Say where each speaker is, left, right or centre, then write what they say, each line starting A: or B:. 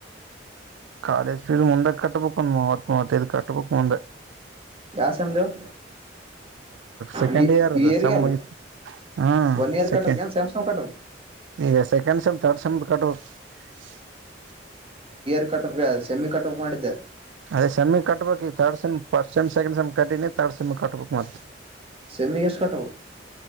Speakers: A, on the right; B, on the right.
A: ಕಾಲೇಜ್ ಫೀಸ್ ಮುಂದ ಕಟ್ಟಬೇಕ್ ಒಂದ್ ಮೂವತ್ತ್ ಮೂವತ್ತೈದ್ ಕಟ್ಟಬೇಕ್ ಮುಂದ
B: ಯಾವ್ ಸೆಮ್ದ್ ಹೇಳ್
A: ಸೆಕೆಂಡ್
B: ಈ
A: ಇಯರ್
B: ಈ
A: ದು
B: ಇಯರ್ಗೆ
A: ಸೆಮ್
B: ಅಲ್ಲ
A: ಇದು, ಹ್ಮ್ಮ್
B: ಒನ್ ಇಯರ್
A: ಸೆಕೆಂಡ್
B: ಕಟ್ಬೇಕ್ ಏನ್ ಸೆಮ್ ಸಮ್ ಕಟ್ಬೇಕ್
A: ಈಗ ಸೆಕೆಂಡ್ ಸೆಮ್ ಥರ್ಡ್ ಸೆಮ್ ದ ಕಟ್ಟಬೇಕ್ ಸಸ್ -
B: <inaudible> ಸೆಮಿಗ್ ಕಟ್ಟಬೇಕ್ ಅಂತ ಮಾಡಿದ್ಯಾ
A: ಅದ ಸೆಮಿಗ್ ಕಟ್ಟಬೇಕ್ ಈಗ third sem first sem second sem ಕಟ್ಟಿನಿ ಥರ್ಡ್ ಸೆಮ್ ದು ಕಟ್ಟಬೇಕ್ ಮತ್ತ
B: ಸೆಮ್ಮಿಗ್ ಎಷ್ಟ ಕಟ್ಟಬೇಕ್